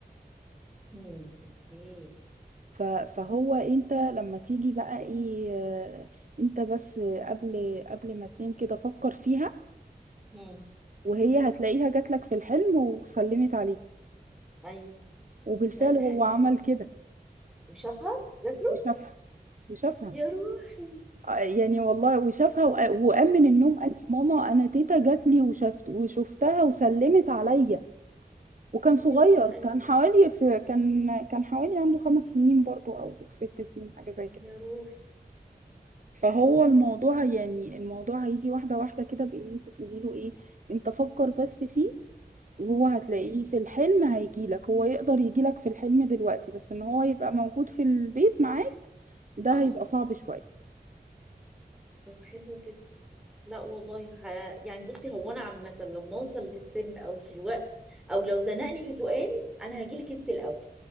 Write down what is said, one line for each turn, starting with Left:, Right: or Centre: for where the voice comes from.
Centre: امم ايه
Right: ف- فهو انت لما تيجي بقى ايه آه، انت بس قبل قبل ما تنام كده فكر فيها
Centre: امم
Right: وهي هتلاقيها جاتلك في الحلم وسلمت عليه
Centre: ايوه
Right: وبالفعل
Centre: لا ده
Right: هو
Centre: حلو
Right: عمل
Centre: قوي
Right: كده
Centre: وشافها جات له
Right: وشافها وشافها
Centre: يا روحي
Right: آه، يعني والله وشافها وق- وقام من النوم قال لي، ماما انا تيتا جات لي وشفت وشفتها وسلمت عليا وكان صغير
Centre: يا روح
Right: كان
Centre: قلبي
Right: حوالي في كان كان حوالي عنده خمس سنين برضو او ست سنين حاجه زي كده
Centre: يا روحي
Right: فهو الموضوع يعني الموضوع هيجي واحده واحده كده بان انت تقولي له ايه انت فكر بس فيه وهو هتلاقيه
Centre: امم
Right: في الحلم هيجيلك هو يقدر يجيلك في الحلم دلوقتي بس ان هو يبقى موجود في البيت معاك ده
Centre: اه
Right: هيبقى صعب شوية
Centre: طب حلو كده لا والله ح... يعني بصي هو انا عامه لما اوصل للسن او في الوقت او لو زنقني في سؤال انا هجيلك انت الاول